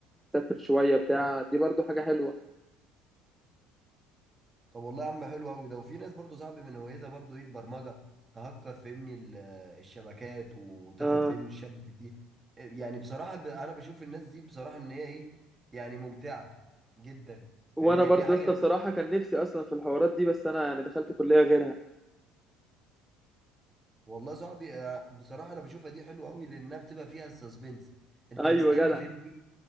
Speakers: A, in the centre; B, on the right (about 25°).
A: تسافر شويه بتاع دي برضه حاجه حلوه
B: طب والله يا عم حلو قوي ده وفي ناس برضو صاحبي من هوايتها برضو ايه البرمجه تهكر فهمني ال- الشبكات وتاخد
A: آه.
B: فهمني الشبكه دي يعني بصراحه ب... انا بشوف الناس دي بصراحه ان هي ايه يعني ممتعه جدا
A: وانا
B: فاهمني
A: برضه
B: في حاجه
A: يا اسطى بصراحه كان نفسي اصلا في الحوارات دي بس انا يعني دخلت كليه غيرها
B: والله صاحبي آه، بصراحه انا بشوفها دي حلوه قوي لانها بتبقى فيها السسبنس انت
A: ايوه
B: مستني
A: جدع
B: فهمني